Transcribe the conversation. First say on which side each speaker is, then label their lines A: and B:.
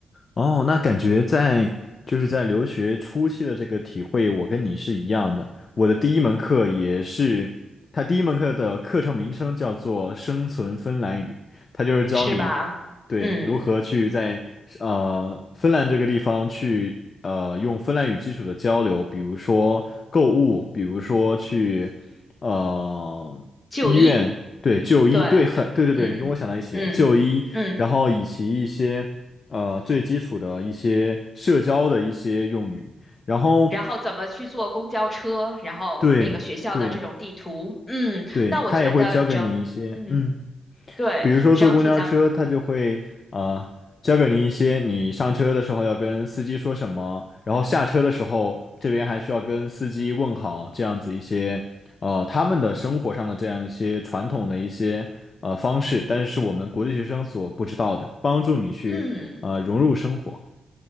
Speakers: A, on the left; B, on the left.
A: 哦，那感觉在就是在留学初期的这个体会，我跟你是一样的。我的第一门课也是，它第一门课的课程名称叫做《生存芬兰语》，它就是教你对如何去在呃芬兰这个地方去呃用芬兰语基础的交流，
B: 是吧？嗯，
A: 比如说购物，比如说去呃医院，
B: 就医，
A: 对就医，
B: 对对，
A: 对很对对对，
B: 嗯嗯嗯，
A: 你跟我想到一起，就医，然后以及一些。呃最基础的一些社交的一些用语，然后
B: 然后怎么去坐公交车，然后那个学校的这种地图，
A: 对对
B: 嗯，
A: 对，
B: 那我觉得整，
A: 他也会教给你一些，
B: 嗯，
A: 嗯，
B: 对，
A: 比如说坐公交车，
B: 整体咱们，
A: 他就会呃教给你一些你上车的时候要跟司机说什么，然后下车的时候这边还需要跟司机问好，这样子一些呃他们的生活上的这样一些传统的一些呃方式，但是是我们国际学生所不知道的，帮助你去呃融入生活。
B: 嗯。